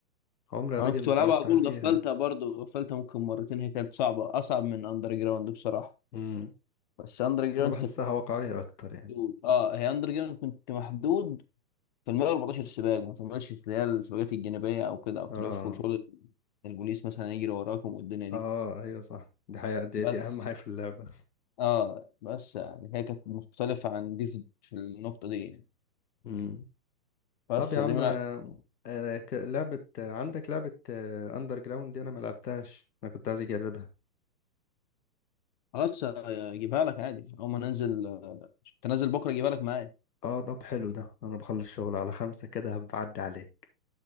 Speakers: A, on the left (about 70°); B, on the left (about 25°).
A: عمري يا راجل
B: انا كنت
A: ما
B: بلعبها
A: فوتها
B: على طول
A: فيها
B: غفلتها برضه غفلتها ممكن مرتين هي كانت صعبه اصعب من اندر جراوند بصراحه
A: امم
B: بس اندر جراوند
A: أنا بحسها
B: كانت
A: واقعية أكتر يعني
B: محدود. اه هي اندر جراوند كنت محدود في ال 114 سباق ما تعملش اللي هي السباقات الجانبيه او كده او
A: اه
B: تلف وشغل البوليس مثلا يجري وراكم والدنيا دي
A: اه أيوة صح دي حقيقة دي,
B: بس
A: دي أهم حاجة في اللعبة
B: اه بس يعني هي كانت مختلفه عن دي في في النقطه دي يعني
A: امم
B: بس
A: طب يا
B: دي
A: عم
B: من
A: آه، آه، ك- لعبة آه، عندك لعبة أندر جراوند دي أنا ملعبتهاش أنا كنت عايز أجربها
B: خلاص آه، اجيبها لك عادي اول ما ننزل آه، تنزل بكره اجيبها لك معايا
A: اه طب حلو ده أنا بخلص شغل على خمسة كده هبعدي عليك